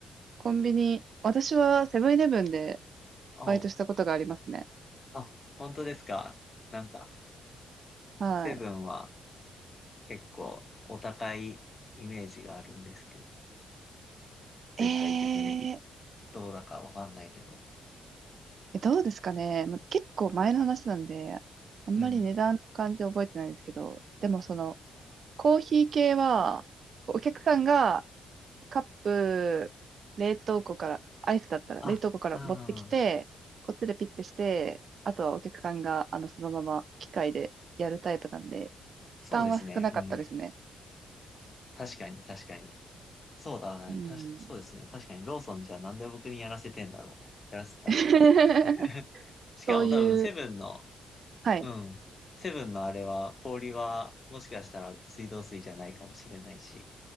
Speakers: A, on the right (about 60°); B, on the left (about 35°).
A: コンビニ、私はセブンイレブンで
B: お
A: バイトしたことがありますね。
B: あ、本当ですか。なんか、
A: は
B: セブンは結構お高いイメージがあるんですけど、全体的に
A: い。えー、
B: どうだかわかんないけど。
A: えどうですかね。ま結構前の話なんで、あんまり値段の感じ覚えてないんですけど、
B: うん。
A: でもその、コーヒー系は、こうお客さんがカップ、冷凍庫から、アイスだったら冷凍庫から持ってきて、
B: あ、うん、
A: こっちでピッてして、あとはお客さんが、あの、そのまま機械でやるタイプなんで、
B: そうですね。
A: 負担は少なかったですね。
B: うん。確かに、確かに。そうだね。
A: うん。
B: たし、そうですね。確かに、ローソンじゃなんで僕にやらせてんだろうね。やらせたんだろう。
A: <laughs>
B: <laughs> しかも多分、
A: そういう、
B: セブンの、
A: はい。
B: うん。セブンのあれは、氷は、もしかしたら水道水じゃないかもしれないし、